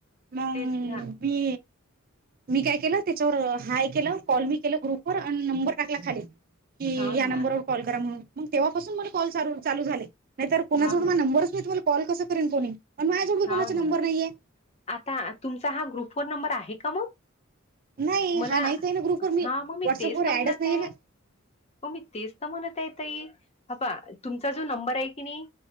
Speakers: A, on the right; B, on the left.
A: मग
B: तेच ना
A: मी मी काय केलं त्याच्यावर हाय केलं कॉल मी केलं ग्रुप व आणि नंबर टाकला खाले. कि
B: हाव
A: या
B: ना
A: नंबरवर कॉल करा म्हणून मग तेव्हापासून मग कॉल चालू झाले नाही तर कोणाजवड
B: हाव ना
A: मग नंबरच मी तुम्हाला कॉल कस करेन कोणी पण माझजवड बी
B: हाव
A: कोणाचे नंबर
B: ना
A: नाहीे हाय.
B: आता तुमचा हा ग्रुप फोन नंबर आहे का? मग
A: नाही
B: मला
A: हा नाहीच आहे ना ग्रुपवर
B: हा मग मी
A: व्हॉट्सअपवर
B: तेच त म्हणत
A: ऍडच नाहीये
B: आहे.
A: ना
B: हो मी तेच तर म्हणत आहे ताई हपा तुमचा जो नंबर आहे की नाही